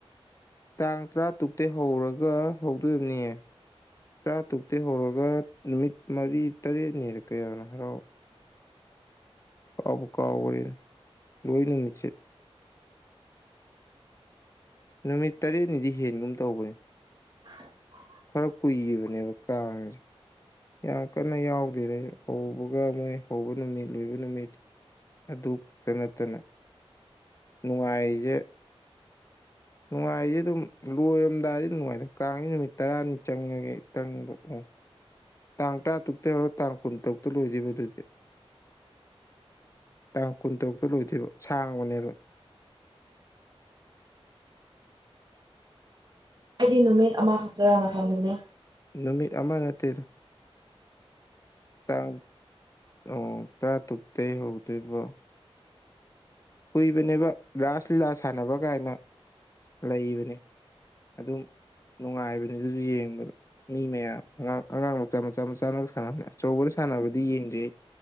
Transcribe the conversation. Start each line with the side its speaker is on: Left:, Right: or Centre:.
Left: ꯇꯥꯡ ꯇꯔꯥ ꯇꯨꯛꯇꯇꯩ ꯍꯧꯔꯒ ꯍꯧꯗꯣꯔꯤꯕꯅꯤꯌꯦ ꯆꯥ ꯇꯨꯛꯇꯤ ꯍꯧꯔꯒ ꯅꯨꯃꯤꯠ ꯃꯔꯤ ꯇꯔꯦꯠꯅꯤꯔꯛꯀꯌꯥꯅꯣ ꯍꯔꯥꯎꯑꯣ ꯄꯥꯕꯨ ꯀꯔ ꯂꯣꯏ ꯅꯨꯃꯤꯁꯦ ꯅꯨꯃꯤꯠ ꯇꯔꯦꯠꯅꯤꯗꯤ ꯍꯦꯟꯒꯨꯝ ꯇꯧꯕꯅꯤ
Right: ꯑ <inaudible>
Left: ꯈꯔ ꯀꯨꯏꯕꯅꯦꯕ ꯀꯥꯔꯁꯦ ꯌꯥꯝ ꯀꯟꯅ ꯌꯥꯎꯗꯦꯅꯦ ꯍꯧꯕꯒ ꯃꯣꯏ ꯍꯧꯕ ꯅꯨꯃꯤꯠ ꯂꯣꯏꯕ ꯅꯨꯃꯤꯠ ꯑꯗꯨ ꯈꯛꯇ ꯅꯠꯇꯅ ꯅꯨꯡꯉꯥꯏꯖꯦ ꯅꯨꯡꯉꯥꯏꯗꯤ ꯑꯗꯨꯝ ꯂꯣꯏꯔꯝꯗꯥꯏꯗꯤ ꯅꯨꯡꯉꯥꯏ ꯀꯥꯡꯁꯤꯦ ꯅꯨꯃꯤꯠ ꯇꯔꯥꯅꯤ ꯆꯪꯉꯒꯦ ꯆꯪꯕ ꯎ ꯇꯥꯡ ꯇ ꯇꯨꯄꯇ ꯍꯔ ꯇꯥꯡ ꯀꯨꯟ ꯇꯞꯇ ꯂꯣꯏꯖꯕ ꯑꯗꯨꯗꯤ ꯇꯥꯡ ꯀꯨꯟ ꯇꯔꯨꯛꯇ ꯂꯣꯏꯗꯣꯏꯕ ꯁꯥꯡ ꯑꯣꯅꯦꯕ
Right: <inaudible> ꯑꯩꯗꯤ ꯅꯨꯃꯤꯠ ꯑꯃ ꯁ ꯇꯔꯥꯅ ꯊꯝꯗꯨꯅꯤ
Left: ꯅꯨꯃꯤꯠ ꯑꯃ ꯅꯠꯇꯦꯗ ꯇꯥꯡ ꯑꯣ ꯇꯔꯥꯇꯔꯨꯛꯇꯩ ꯍꯧꯗꯣꯏꯕ ꯀꯨꯏꯕꯅꯦꯕ ꯔꯥꯁ ꯂꯤꯂꯥ ꯁꯥꯟꯅꯕ ꯀꯥꯏꯅ ꯂꯩꯕꯅꯤ ꯑꯗꯨꯝ ꯅꯨꯡꯉꯥꯏꯕꯅꯦ ꯑꯗꯨꯁꯨ ꯌꯦꯡꯕꯗ ꯃꯤ ꯃꯌꯥꯝ ꯑꯉꯥꯡ ꯑꯉꯥꯡ ꯃꯆꯥ ꯃꯆꯥ ꯃꯆꯥ ꯑꯃ ꯁꯥꯟꯅꯕꯅꯤ ꯑꯆꯧꯕꯅ ꯁꯥꯟꯅꯕꯗꯤ ꯌꯦꯡꯖꯩ